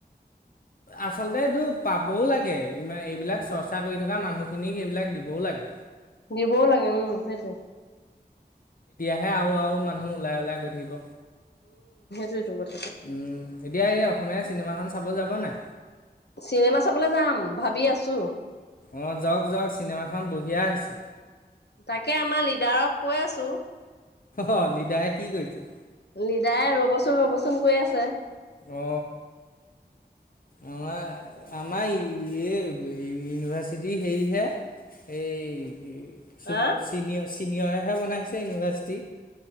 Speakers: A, on the left; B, on the left.
A: আচলতে এইটো পাবও লাগে ই এইবিলাক চৰ্চা কৰি থকা মানুহখিনিক সেইবিলাক দিবও লাগে।
B: দিব লা উম সেইটো
A: হে হে আৰু আৰু মানে মানুহ ওলাই ওলাই গৈ থাকিব
B: সেইটো কথা
A: উম এতিয়া এই অসমীয়া চিনেমা খন চাব যাব নাই।
B: চিনেমা চাবলৈ যাম ভাবি আছো
A: অ যাওক যাওক চিনেমাখন বঢ়িয়া হৈছে
B: তাকে আমাৰ লিডাৰক কৈ আছো
A: অ লিডাৰ কি কৰিছে
B: লিডাই ৰ'বচোন ৰ'বচোন কৈ আছে
A: অ আমাৰ আমাৰ ইউনিভাৰ্চিটি হেৰিহে এই চনিয়
B: অ
A: ছিনিয়ৰেহে বনাইছে ইউনিভাৰ্চিটি